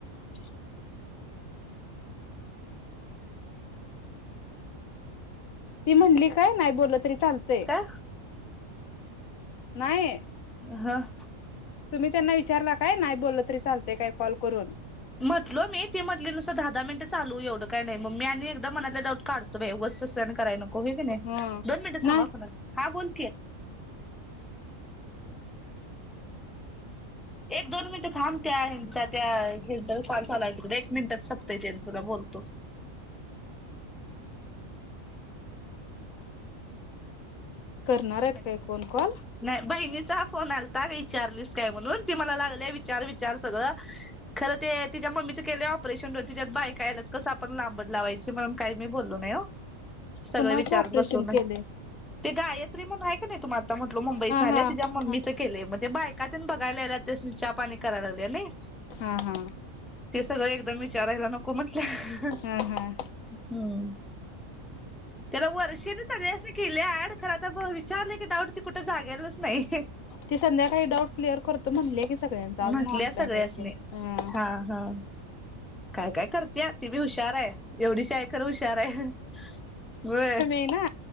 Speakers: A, on the left; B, in the centre.
A: <inaudible> ती म्हणली काय नाही बोललं तरी चालतंय.
B: का
A: नाही.
B: हां.
A: तुम्ही त्यांना विचारला काय नाही बोललं तरी चालत काय कॉल करून?
B: म्हटलो मी, ती म्हटली नुसत दहा दहा मिनटं चालू एवढं काय नाही मग मी आणि एकदा मनातला डाऊट काढ <unintelligible> सहन कराय नको हाय की नाही.
A: ह
B: दोन मिनिट
A: नाही
B: थांबा <unintelligible> हां बोल की एक दोन मिनटं थांब त्या ह्याचा त्या ह्याचा कॉल चालू हाय तिकडे एक मिनिटात संपतय त्याचं तुला बोलतो
A: करणार
B: हॅलो
A: आहेत बाई कोन कोन
B: नाही बहिणीचा फोन आलता विचारलीस काय म्हणून ती मला लागली विचार विचार सगळं खरं ते तिच्या मम्मीचं केलेलं ऑपरेशन तिच्यात बायका आयलात कसं आपण लांबड लावायची म्हणून काय मी बोललो नाही हो. सगळं
A: कुणाच
B: विचारत
A: ऑपरेशन
B: बसलो नाही
A: केलंय?
B: ते गायत्री म्हणून आहे का नाही तुम्हा तर म्हटलो मुंबईसा
A: हा
B: आल्या
A: हा
B: तिच्या मम्मीचं
A: हा
B: केलय म्हणजे बायकात्यानं बघायला आल्यात त्यासनी चहा पाणी कराला लागले नाही.
A: हां हां.
B: ते सगळं एकदम विचारायला नको म्हटलं.
A: हां हां.
B: हम्म त्याला वर्षेने सगळे अस केले ऍड खर ता विचारले की डाऊट त कुठं जागालाच नाही
A: ते संध्याकाळी डाऊट क्लिअर करतो म्हटले की सगळ्यांचा अजून
B: म्हटल्या
A: ऑनलाईन
B: सगळ्यासनी
A: यायचे, हां
B: हा हा काय काय कर त्या ती बी हुशार आहे एवढीशी हाय खर हुशार आहे व्हय.
A: हे ना